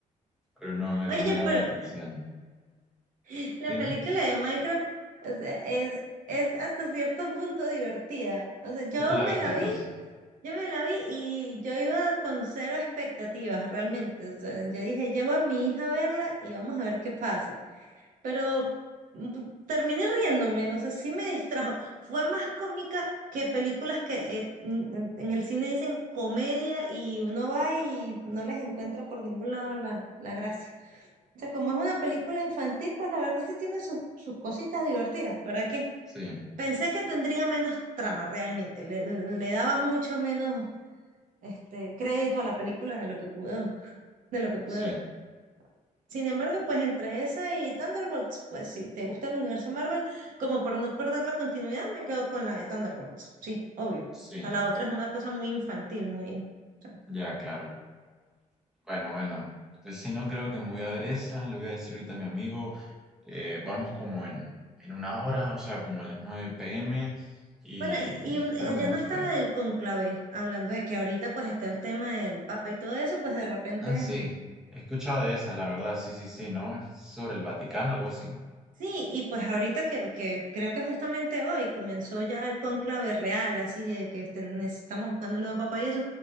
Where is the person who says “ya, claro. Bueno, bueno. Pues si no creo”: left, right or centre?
Centre